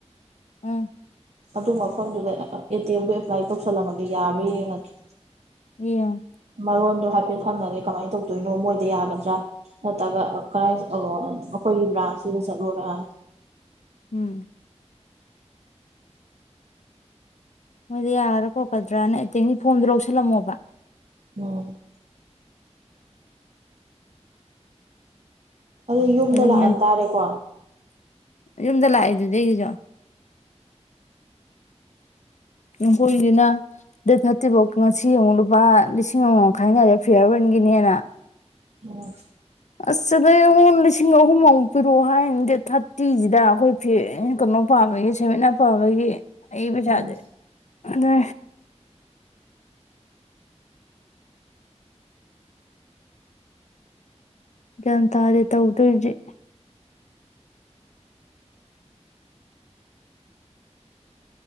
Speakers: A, on the left (about 80°); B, on the right (about 65°).
A: ꯑꯥ
B: ꯑꯗꯨ ꯃꯐꯝꯗꯨꯗ ꯑꯦ ꯇꯤ ꯑꯦꯝꯗ ꯑꯦꯄ꯭ꯂꯥꯏ ꯇꯧꯁꯜꯂꯝꯃꯒꯦ ꯌꯥꯕꯥꯔ ꯌꯦꯡꯉꯒꯦ
A: ꯌꯦꯡꯉꯣ
B: ꯃꯔꯣꯟꯗꯣ ꯍꯥꯏꯐꯦꯠ ꯍꯪꯉꯒꯦ ꯀꯃꯥꯏꯅ ꯇꯧꯗꯣꯏꯅꯣ ꯃꯣꯏꯗ ꯌꯥꯒꯗ꯭ꯔꯥ ꯅꯠꯇ꯭ꯔꯒ ꯀꯕꯥꯏꯅ ꯆꯠꯂꯣꯅꯣ ꯕ꯭ꯔꯥꯟꯁ ꯁꯤꯗ ꯆꯠꯂꯣꯔꯅ
A: ꯎꯝ ꯃꯣꯏꯗꯤ ꯌꯥꯒꯗ꯭ꯔꯥ ꯈꯣꯠꯀꯗ꯭ꯔꯥꯅ ꯑꯦꯇꯦꯡꯒꯤ ꯐꯣꯝꯗꯣ ꯂꯧꯁꯤꯜꯂꯝꯃꯣꯕ
B: ꯎꯝ ꯑꯗꯨ ꯌꯨꯝꯗ
A: ꯑꯗꯨꯝ
B: ꯂꯥꯛꯑꯟꯇꯥꯥꯔꯦꯀꯣ
A: ꯌꯨꯝꯗ ꯂꯥꯛꯏꯗꯨꯗꯤ ꯑꯩꯒꯤꯁꯨ ꯎ ꯍꯣꯏꯗꯅ ꯗꯦꯠ ꯊꯥꯔꯇꯤꯐꯥꯎ ꯉꯁꯤ ꯑꯃꯨꯛ ꯂꯨꯄꯥ ꯂꯤꯁꯤꯡ ꯑꯃꯃꯨꯛ ꯈꯥꯏꯅꯔꯦ ꯐꯤꯌꯥꯔꯋꯦꯟꯒꯤꯅꯦꯅ
B: ꯑꯣ
A: ꯑꯁ ꯁꯤꯗ ꯑꯩꯉꯣꯟ ꯂꯤꯁꯤꯡ ꯑꯍꯨꯝꯃꯨꯛ ꯄꯤꯔꯛꯑꯣ ꯍꯥꯏꯔꯅꯤ ꯗꯦꯠ ꯊꯥꯔꯇꯤꯁꯤꯗ ꯑꯩꯈꯣꯏ ꯐꯤ ꯀꯩꯅꯣ ꯄꯥꯝꯕꯒꯤ ꯁꯦꯟꯃꯤꯠꯅ ꯄꯥꯝꯕꯒꯤ ꯑꯩꯒꯤ ꯄꯩꯁꯥꯁꯦ
B: ꯎꯝ
A: ꯑꯗꯨ ꯒ꯭ꯌꯥꯟ ꯇꯥꯗꯦ ꯇꯧꯗꯣꯏꯖꯤ